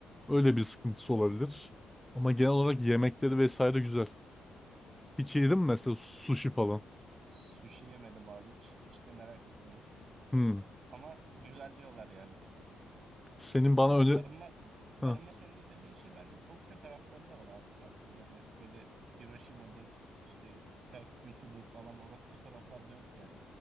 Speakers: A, in the centre; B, on the right (about 50°).
A: öyle bir sıkıntısı olabilir. Ama genel olarak yemekleri vesaire güzel. Hiç yedin mi mesela sushi falan?
B: Sushi yemedim abi hiç. Hiç de merak etmiyorum.
A: Hmm.
B: Ama güzel diyorlar yani.
A: Peki Senin
B: Bu
A: bana
B: arada
A: öyle...
B: o barınma barınma
A: Ha,
B: sorunu dediğin şey bence Tokyo taraflarında var abi sadece. Yani böyle Hiroşima'dır, işte Kitakyusu'dur falan o o taraflarda yok yani.